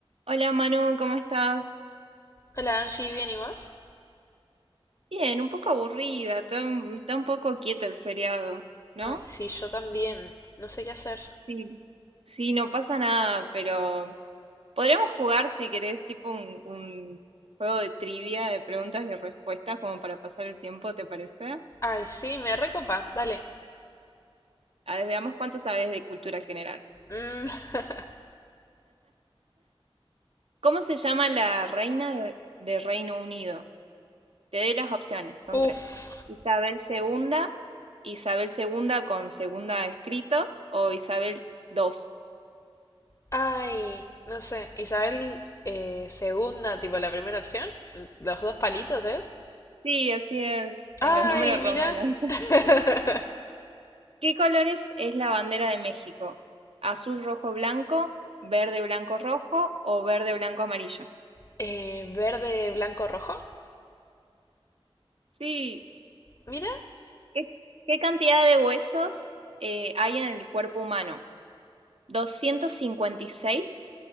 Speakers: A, on the right (about 80°); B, on the left (about 35°).
A: Hola Manu, ¿cómo estás?
B: Hola Angie, ¿bien y vos?
A: Bien, un poco aburrida, está, un está un poco quieto el feriado, ¿no?
B: Ay, sí, yo también. No sé qué hacer.
A: Sí. Sí, no pasa nada, pero podríamos jugar si querés, tipo un, un juego de trivia, de preguntas y respuestas, como para pasar el tiempo, ¿te parece?
B: Ay, sí, me recopa. Dale.
A: A ver, veamos cuánto sabes de cultura general.
B: Mm, <laughs>
A: ¿Cómo se llama la reina de, de Reino Unido? Te doy las opciones, son
B: uf.
A: tres. Isabel segunda, Isabel segunda con segunda escrito o Isabel II.
B: Ay, no sé. Isabel eh, segunda, tipo la primera opción. Los dos palitos, ¿es?
A: Sí, así es, en
B: Ay,
A: los números
B: mira.
A: romanos.
B: <laughs>
A: ¿Qué colores es la bandera de México? ¿Azul, rojo, blanco, verde, blanco, rojo o verde, blanco, amarillo?
B: Eh, verde, blanco, rojo.
A: Sí,
B: Mira.
A: ¿qué, qué cantidad de huesos eh, hay en el cuerpo humano? Doscientos cincuenta y seis,